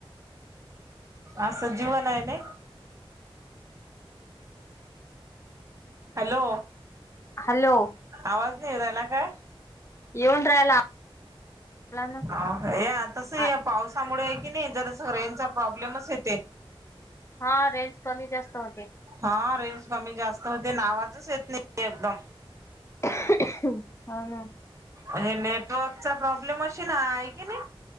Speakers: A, on the right; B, on the left.
A: असं जीवन आहे नी. हॅलो.
B: हॅलो.
A: आवाज नाही येवून राहिला काय.
B: येऊन राहिला बोला ना
A: अ या तस
B: आ
A: या पाऊस. त्यामुळे कणी जरासं रेंजचा प्रॉब्लेमच येते.
B: हा रेंज कमी जास्त होते.
A: हा रेंज कमी जास्त होते. अन आवाजच येत नाही एकदम.
B: हो ना.
A: हे नेटवर्कचा प्रॉब्लेम अशी ना आहे कणी.